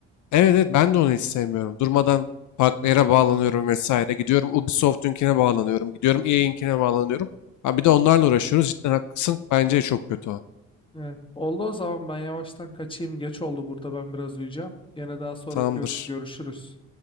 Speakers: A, on the left; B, on the left.
A: Evet evet ben de onu hiç sevmiyorum. Durmadan farklı yere bağlanıyorum vesaire. Gidiyorum Ubisoft'unkine bağlanıyorum. Gidiyorum EA'inkine bağlanıyorum. Ha bir de onlarla uğraşıyoruz. Cidden haklısın. Bence çok kötü o.
B: Evet. Oldu o zaman ben yavaştan kaçayım. Geç oldu burada ben biraz uyuyacağım. Gene daha sonra
A: Tamamdır.
B: gör- görüşürüz.